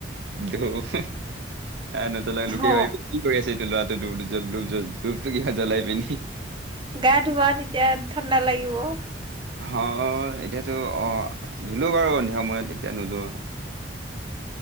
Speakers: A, on the right (about 70°); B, on the right (about 25°).
A: ধূপ নজলা লোকে
B: অ
A: ভাবি কি কৰি আছে? ল ডুবুব <inaudible> ধূপটো কহা জ্বলাই পিনি
B: গা ধোৱা তেতিয়া ঠাণ্ডা লাগিব।
A: অ এতিয়াতো অ ধুলো বাৰু সন্ধিয়া সময়ত এতিয়া নোধো।